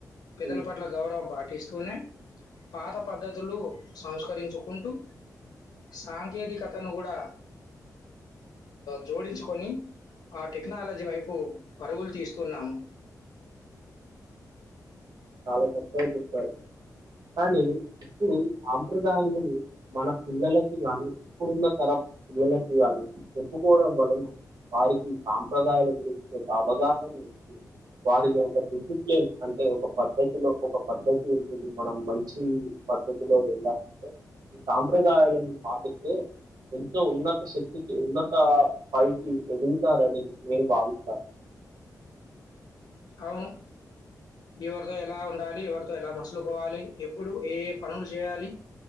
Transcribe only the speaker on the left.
పెద్దల
పట్ల గౌరవం పాటి పాటిస్తూనే పాత పద్ధతులు సంస్కరించుకుంటూ సాంకేతికతను కూడా జోడించుకొని, ఆ టెక్నాలజీ వైపు పరుగులు తీస్తున్నాము.
అవును ఎవరితో ఎలా ఉండాలి, ఎవరితో ఎలా మసులుకోవాలి, ఎప్పుడు ఏ పనులు చేయాలి.